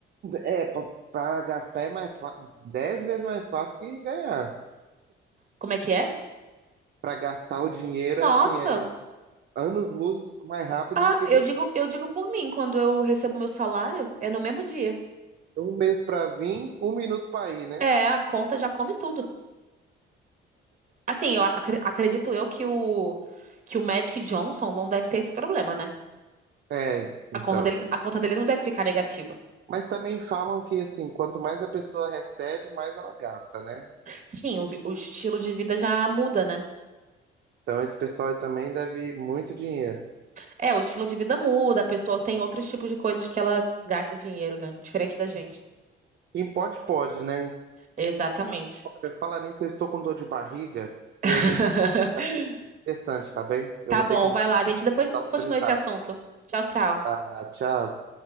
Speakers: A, on the right (about 55°); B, on the right (about 40°).
A: É, pra, pra gastar é mais fácil, dez vezes mais fácil que ganhar.
B: Como é que é?
A: Pra gastar o dinheiro
B: Nossa.
A: é assim, é anos-luz mais rápido
B: Ah,
A: do que
B: eu
A: ganhar.
B: digo, eu digo por mim, quando eu recebo meu salário, é no mesmo dia.
A: Um mês pra vir, um minuto pra ir, né?
B: É, a conta já come tudo. Assim, eu acre- acredito eu que o que o Magic Johnson não deve ter esse problema, né?
A: É, então.
B: A conta dele, a conta dele não deve ficar negativa.
A: Mas também falam que, assim, quanto mais a pessoa recebe, mais ela gasta, né?
B: Sim, o, vi- o estilo de vida já muda, né?
A: Então esse pessoal aí também deve muito dinheiro.
B: É, o estilo de vida muda, a pessoa tem outros tipos de coisas que ela gasta dinheiro, né? Diferente da gente.
A: Quem pode, pode, né?
B: Exatamente.
A: Você fala nisso, eu estou com dor de barriga e
B: <laughs>
A: a gente é interessante, tá bem? Eu
B: Tá
A: vou
B: bom,
A: ter que ir no
B: vai lá, a gente depois
A: hospital
B: continua
A: sanitário.
B: esse assunto. Tchau, tchau.
A: Tá, tchau.